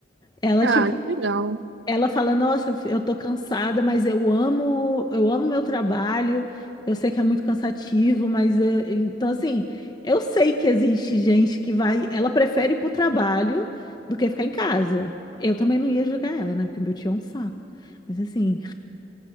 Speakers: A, on the left (about 20°); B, on the right (about 70°).
A: Ela,
B: Ah,
A: tipo,
B: que legal.
A: Ela fala, nossa, eu tô cansada, mas eu amo, eu amo meu trabalho. Eu sei que é muito cansativo, mas eh, então assim, eu sei que existe gente que vai, ela prefere ir pro trabalho do que ficar em casa. Eu também não ia julgar ela, né? Porque meu tio é um saco. Mas assim,